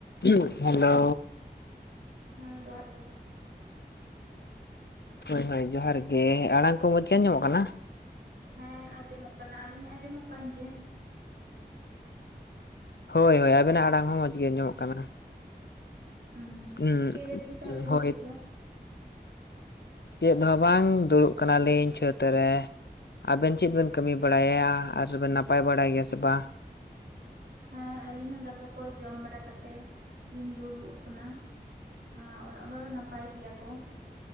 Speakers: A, on the left (about 85°); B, on the right (about 75°).
A: Hello.
B: ᱦᱮᱸ ᱡᱚᱦᱟᱨ ᱜᱮ᱾
A: ᱦᱳᱭ ᱦᱳᱭ ᱡᱚᱦᱟᱨ ᱜᱮ ᱟᱲᱟᱝ ᱠᱚ ᱢᱚᱡᱽ ᱜᱮ ᱟᱸᱡᱚᱢᱚᱜ ᱠᱟᱱᱟ,
B: ᱦᱮᱸ ᱟᱸᱡᱚᱢᱚᱜ ᱠᱟᱱᱟ ᱟᱞᱤᱧᱟᱜ ᱟᱸᱡᱚᱢᱚᱜ ᱠᱟᱱ ᱜᱮᱭᱟ,
A: ᱦᱳᱭ ᱦᱳᱭ ᱟᱵᱤᱱᱟᱜ ᱟᱲᱟᱝ ᱦᱚᱸ ᱢᱚᱸᱡᱽ ᱜᱮ ᱟᱸᱡᱚᱢᱚᱜ ᱠᱟᱱᱟ᱾
B: ᱦᱩᱸ
A: ᱩᱸ
B: ᱪᱤᱠᱟᱹᱭ ᱫᱟ ᱵᱤᱱ ᱛᱟᱦᱚᱞᱮ
A: ᱦᱳᱭ
B: ᱱᱤᱛᱚᱜ ᱫᱚ?
A: ᱪᱮᱫ ᱦᱚᱸ ᱵᱟᱝ ᱫᱩᱲᱩᱵ ᱠᱟᱱᱟᱞᱤᱧ ᱪᱷᱟᱹᱛ ᱨᱮ᱾ ᱟᱵᱮᱱ ᱪᱮᱫ ᱵᱮᱱ ᱠᱟᱹᱢᱤ ᱵᱟᱲᱟᱭᱟ ᱟᱨᱵᱮᱱ ᱱᱟᱯᱟᱭ ᱵᱟᱲᱟᱭ ᱜᱮᱭᱟ ᱥᱮ ᱵᱟᱝ?
B: ᱦᱮᱸ ᱟᱹᱞᱤᱧ ᱦᱚᱸ ᱫᱟᱠᱟ ᱠᱚ ᱡᱚᱢ ᱵᱟᱲᱟ ᱠᱟᱛᱮᱜ ᱞᱤᱧ ᱫᱩᱲᱩᱵ ᱟᱠᱟᱱᱟ᱾ ᱟᱨ ᱚᱲᱟᱜ ᱦᱚᱲ ᱱᱟᱯᱟᱭ ᱜᱮᱭᱟ ᱠᱚ